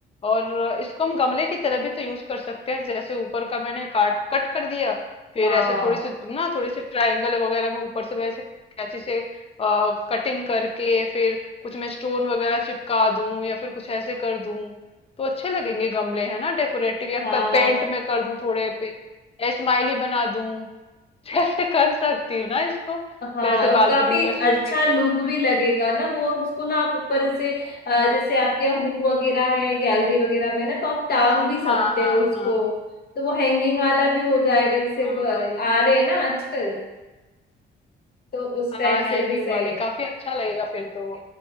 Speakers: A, on the left; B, on the left.
A: और इसको हम गमले की तरह भी तो यूज कर सकते हैं जैसे ऊपर का मैंने काट कट कर दिया फिर
B: हाँ
A: ऐसे थोड़ी सी ना थोड़ी सी ट्रायंगल वगैरह में ऊपर से मैं ऐसे कैंची से कटिंग करके फिर कुछ मैं स्टोन वगैरह चिपका दूं या फिर कुछ ऐसे कर दूं तो अच्छे लगेंगे गमले है ना डेकोरेटिव या
B: हाँ
A: पेंट में कर दूं थोड़े पे स्माइली बना दूं जैसे कर सकती हूँ ना इसको फिर
B: हाँ
A: ऐसे
B: और
A: बालकनी
B: काफी
A: में मैं शो
B: अच्छा
A: पीस की
B: लुक
A: तरह
B: भी लगेगा ना वो और उसको ना आप ऊपर से अ,
A: रखती हूँ
B: जैसे आपके यहाँ हुक वगैरह है गैलरी वगैरह में ना तो आप टांग भी सकते
A: हाँ हाँ
B: हो उसको
A: हाँ
B: तो वो हैंगिंग वाला भी हो जाएगा जैसे
A: हाँ
B: ब-
A: ये
B: आ रहे हैं ना आजकल तो उस
A: हाँ
B: टाइप
A: हैंगिंग
B: से भी सही
A: वाले
B: है।
A: काफी अच्छा लगेगा फिर तो वो